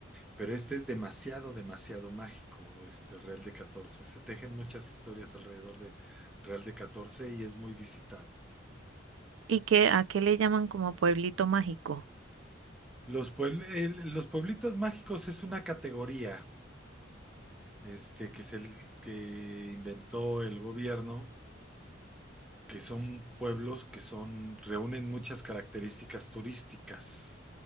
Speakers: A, in the centre; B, on the right (about 80°).
A: pero este es demasiado, demasiado mágico, este Real de Catorce Se tejen muchas historias alrededor de Real de Catorce y es muy visitado.
B: ¿Y qué, a qué le llaman como pueblito mágico?
A: Los, puebl- el- los pueblitos mágicos es una categoría este, que, se, que inventó el gobierno que son pueblos que son, reúnen muchas características turísticas,